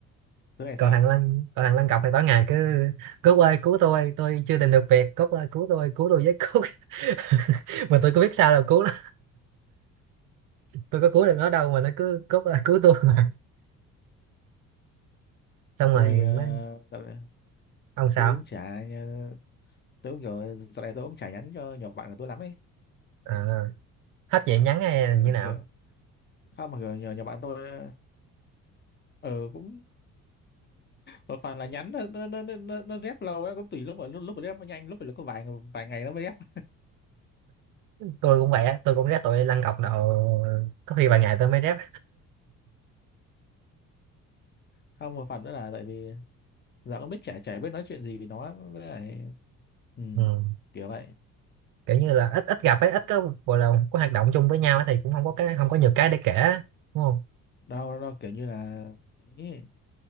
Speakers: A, on the left (about 25°); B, on the right (about 50°).
A: tối ngày
B: còn
A: sao
B: thằng Lăng còn thằng Lăng Cọc thì tối ngày cứ cứu ơi cứu tôi tôi chưa tìm được việc cốt ơi cứu tôi cứu tôi với cốt <laughs> mà tôi có biết sao đâu cứu nó tôi có cứu được nó đâu mà nó cứ cốt ơi cứu tôi <laughs> xong
A: tôi
B: rồi nó-
A: ờ, dạo này
B: ông sao
A: tôi cũng chả ờ, tôi cũng kiểu dạo này tôi cũng chả nhắn cho nhỏ bạn của tôi lắm ấy
B: à hết chuyện nhắn hay
A: ờ,
B: là như nào
A: kiểu không mà kiểu nhỏ, nhỏ bạn tôi ờ ờ, cũng một phần là nhắn nó nó nó nó, nó nó rep lâu ấy cũng tùy lúc mà lúc lúc mà rep nó nhanh lúc mà có vài vài ngày nó mới rep
B: tôi cũng vậy á tôi cũng rep tụi lăn cọc độ có khi vài ngày tôi mới rep
A: không một phần nữa là tại vì giờ cũng biết chả chả biết nói chuyện gì với nó với lại ừ,
B: ừ.
A: kiểu vậy
B: kiểu như là ít ít gặp ấy ít có gọi là có hoạt động chung với nhau ấy, thì cũng không có cái không có nhiều cái để kể á, đúng không
A: đâu đâu kiểu như là ấy,